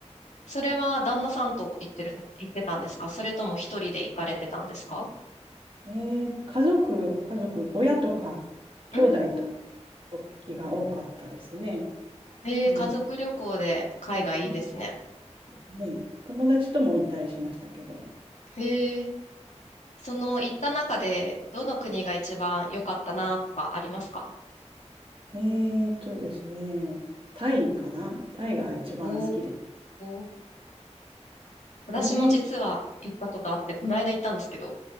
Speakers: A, on the left; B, on the right.
A: それは旦那さんと行ってる、行ってたんですかそれとも一人で行かれてたんですか
B: えー家族、家族、親とか、兄弟と
A: うーん。
B: 時が多かったですね。
A: ええ、
B: うん。
A: 家族旅行で海外いいですね。
B: そうですね。友達とも行ったりしましたけど。
A: ええ、その行った中で、どの国が一番良かったなとかありますか
B: えーっとですね、タイかなタイが一番好きです。
A: おー、私も実は行ったことあって、
B: 4年
A: この間行ったんですけど。